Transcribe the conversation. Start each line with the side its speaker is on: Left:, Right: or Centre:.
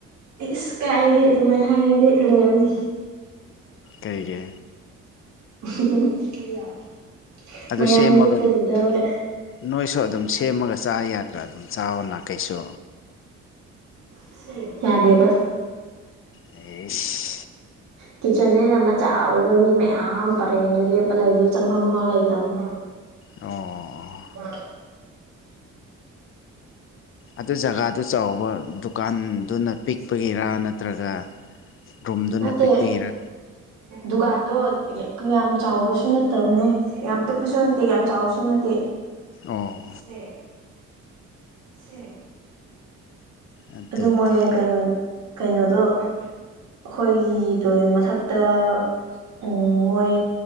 Right: ꯏꯁꯁ ꯀꯥꯏꯒꯦ ꯑꯗꯨꯃꯥꯏꯅ ꯍꯥꯏꯔꯗꯤ ꯂꯣꯏꯔꯅꯤ
Left: ꯀꯩꯒꯤ
Right: <unintelligible>
Left: ꯑꯗꯨ
Right: ꯃꯌꯥꯡ
Left: ꯁꯦꯝꯃꯒ
Right: ꯂꯤꯛꯄꯗꯨꯗ
Left: ꯅꯣꯏꯁꯨ ꯑꯗꯨꯝ ꯁꯦꯝꯃꯒ ꯆꯥ ꯌꯥꯗ꯭ꯔꯥ ꯑꯗꯨꯝ ꯆꯥꯑꯣꯅꯥ ꯀꯩꯁꯨ
Right: ꯏꯁ ꯌꯥꯗꯦꯗ
Left: ꯑꯩꯁ
Right: ꯀꯤꯠꯆꯟꯅꯦꯅ ꯃꯆꯥ ꯑꯣꯏꯔꯒ ꯃꯤ ꯃꯌꯥꯝ ꯄꯔꯦꯡꯗ ꯂꯦꯞꯄ ꯂꯩꯕꯗ ꯆꯪꯐꯝꯐꯥꯎ ꯂꯩꯇꯕꯅꯦ
Left: ꯑꯣ ꯑꯣ
Right: ꯋꯥ
Left: ꯑꯗꯨ ꯖꯒꯥꯗꯨ ꯆꯥꯎꯕ ꯗꯨꯀꯥꯟꯗꯨꯅ ꯄꯤꯛꯄꯒꯤꯔꯥ ꯅꯠꯇ꯭ꯔꯒ ꯔꯨꯝꯗꯨꯅ
Right: ꯅꯠꯇꯦ
Left: ꯄꯤꯛꯄꯩꯔ
Right: ꯗꯨꯀꯥꯟꯗꯣ ꯌꯥꯝ ꯆꯥꯎꯕꯁꯨ ꯅꯠꯇꯕꯅꯦ ꯌꯥꯝ ꯄꯤꯛꯄꯁꯨ ꯅꯠꯇꯦ ꯌꯥꯝ ꯆꯥꯎꯕꯁꯨ ꯅꯠꯇꯦ
Left: ꯑꯣ
Right: ꯁꯦ ꯁꯦ
Left: ꯑꯗꯨꯗꯤ
Right: ꯑꯗꯨ ꯃꯣꯏ ꯀꯩꯅꯣ ꯀꯩꯅꯣꯗꯣ ꯑꯩꯈꯣꯏꯒꯤ ꯕꯤꯜꯗꯤꯡ ꯃꯊꯛꯇ ꯎꯝ ꯃꯣꯏ